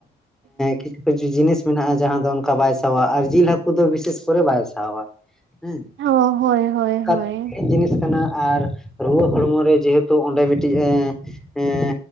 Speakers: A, in the centre; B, on the right.
A: ᱠᱤᱪᱷᱩ ᱠᱤᱪᱷᱩ ᱡᱤᱱᱤᱥ ᱢᱮᱱᱟᱜ-ᱟ ᱡᱟᱦᱟᱸ ᱫᱚ ᱚᱱᱠᱟ ᱵᱟᱭ ᱥᱟᱦᱟᱣᱟᱭ ᱟᱨ ᱡᱤᱞ ᱦᱟᱹᱠᱩ ᱫᱚ ᱵᱤᱥᱮᱥ ᱠᱚᱨᱮ ᱵᱟᱭ ᱥᱟᱦᱟᱣᱟᱭ ᱾ ᱦᱮᱸ <unintelligible>
B: ᱦᱳᱭ ᱦᱳᱭ ᱦᱳᱭ ᱦᱳᱭ
A: ᱡᱤᱱᱤᱥ ᱠᱟᱱᱟ ᱟᱨ ᱨᱩᱣᱟᱹ ᱦᱚᱲᱢᱚ ᱨᱮ ᱡᱮᱦᱮᱛᱩ ᱚᱸᱰᱮ ᱢᱤᱫᱴᱤᱡ ᱮᱸ ᱮᱸ